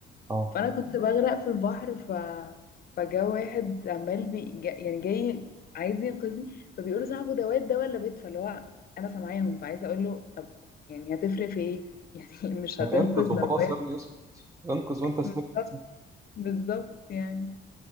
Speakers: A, on the right (about 15°); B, on the left (about 50°).
A: اه
B: فانا كنت بغرق في البحر ف فجا واحد عمال بي... جا... يعني جاي عايز ينقذني فبيقول له صاحبه ده واد ده ولا بيت فاللي هو انا سامعاهم فعايزه اقول له طب يعني هتفرق في ايه <laughs> يعني مش
A: يعني
B: هتنقذ
A: انقذ وخلاص
B: لو واد
A: يا ابني اسكت انقذ وانت ساكت
B: بالظبط بالظبط يعني